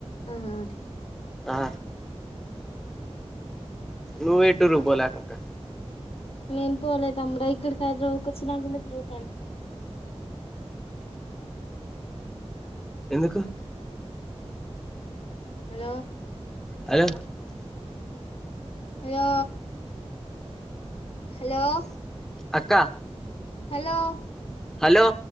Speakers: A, on the left; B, in the centre.
A: ఆహా
B: ఆ నువ్వు ఎ టూర్ కి పోలా అక్క
A: నేను పోలే తమ్ముడ ఇక్కడికి హైదరాబాద్ వచ్చినాకనే తిరుగుతాన
B: ఎందుకు
A: హలో
B: హలో
A: హలో హలో
B: అక్క
A: హలో
B: హలో